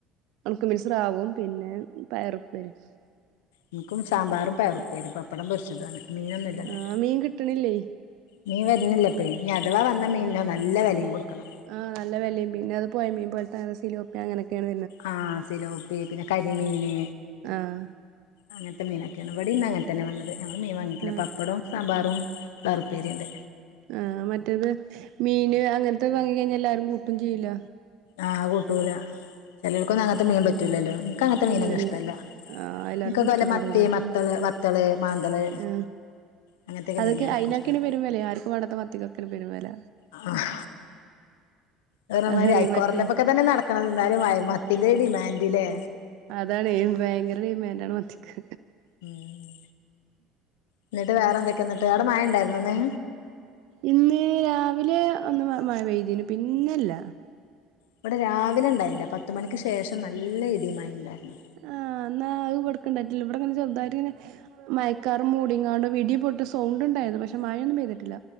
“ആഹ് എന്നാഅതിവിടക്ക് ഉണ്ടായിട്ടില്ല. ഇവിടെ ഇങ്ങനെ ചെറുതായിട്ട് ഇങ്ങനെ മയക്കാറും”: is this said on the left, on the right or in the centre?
Right